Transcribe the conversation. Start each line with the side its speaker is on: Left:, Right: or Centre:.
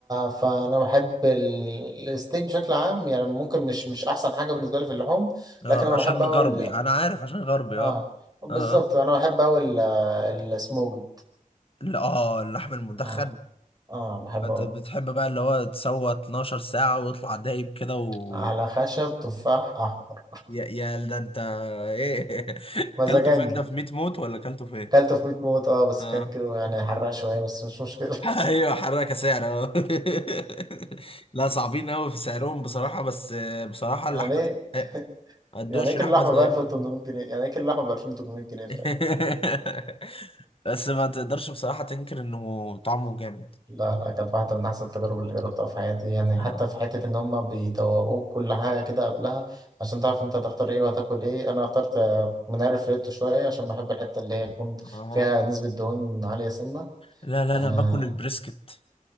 Right: فانا بحب ال- الستيك بشكل عام يعني ممكن مش مش احسن حاجه بالنسبه لي في اللحوم
Left: اه
Right: لكن انا
Left: عشان
Right: بحب اقول
Left: غربي انا عارف عشان غربي
Right: اه
Left: اه
Right: بالظبط
Left: اه آه.
Right: انا بحب اقول السموكد
Left: لا، اه اللحم المدخن
Right: اه اه بحب
Left: انت
Right: اقول
Left: بتحب بقى اللي هو تسوى 12 ساعة ويطلع دايب كده و
Right: على خشب تفاح احمر
Left: يا يا ده انت ايه <laughs>
Right: مزاجنج
Left: كلته فين ده في 100 موت ولا كلته فين؟
Right: كلته في 100 موت اه بس
Left: اه
Right: كان كيلو يعني حرق شويه بس مش مشكله
Left: <laughs>
Right: <laughs>
Left: ايوه حركة سعر اه <laughs> لا صعبين قوي في سعرهم بصراحة بس بصراحة اللحمة
Right: يعني ايه
Left: تستحق ما تدوقش
Right: يعني ايه كيلو
Left: لحمة
Right: لحمه
Left: زيها
Right: ب 1800
Left: بصراحة
Right: جنيه يعني ايه كيلو لحمه ب 2800 جنيه فعلا
Left: <laughs> بس ما تقدرش بصراحة تنكر انه طعمه جامد
Right: لا لا كانت واحدة من أحسن التجارب اللي جربتها في حياتي يعني
Left: اه
Right: حتى في حتة إن هما بيدوقوك كل حاجة كده قبلها عشان تعرف أنت هتختار إيه وهتاكل إيه أنا اخترت آه، منقار فريتو شوية عشان بحب الحتة اللي هي تكون
Left: آه.
Right: فيها نسبة دهون عالية سنة
Left: لا لا
Right: آه
Left: انا باكل البريسكت